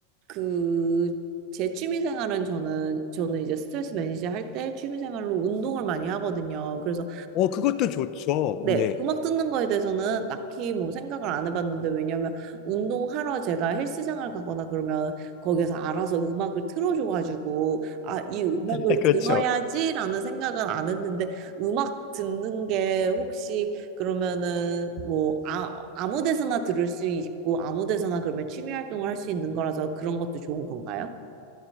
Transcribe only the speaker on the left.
어, 그것도 좋죠.
네.
네, 그렇죠.